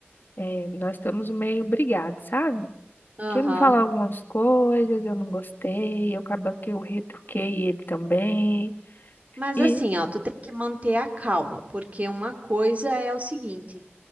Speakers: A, on the left; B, on the right.
A: É, nós estamos meio brigados, sabe?
B: Aham.
A: Que ele me falou algumas coisas, eu não gostei, eu acaba que eu retruquei ele também.
B: Mas
A: E,
B: assim, ó, tu tem que manter a calma, porque uma coisa é o seguinte.